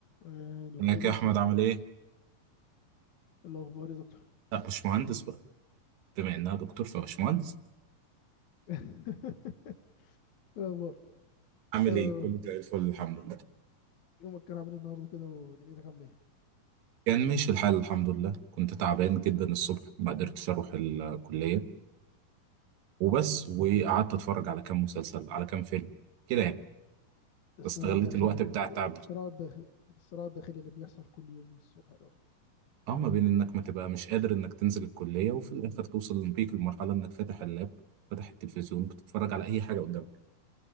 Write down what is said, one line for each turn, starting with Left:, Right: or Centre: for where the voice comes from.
Left: آه، دكتور
Right: ازيك يا
Left: يوسف
Right: احمد عامل ايه؟
Left: إيه الأخبار يا دكتور
Right: لا مش مهندس بقى بما انها دكتور فمش مهندس
Left: <laughs> إيه الأخبار
Right: عامل
Left: آه،
Right: ايه؟ كله زي الفل الحمد لله
Left: يومك كان عامل إيه النهاردة كده ودنيتك عاملة إيه؟
Right: كان ماشي الحال الحمد لله كنت تعبان جدا الصبح ما قدرتش اروح الكلية وبس
Left: مم.
Right: وقعدت اتفرج على كام مسلسل على كام فيلم كده يعني
Left: الصراع
Right: استغليت
Left: الداخلي
Right: الوقت
Left: اللي
Right: بتاع
Left: بي...
Right: التعب
Left: الصراع
Right: ده
Left: الداخلي الصراع الداخلي اللي بيحصل كل يوم الصبح دوت
Right: اه ما بين انك ما تبقى مش قادر انك تنزل الكلية وفي الاخر توصل بيك لمرحلة انك فاتح اللاب فاتح التلفزيون بتتفرج على اي حاجة قدامك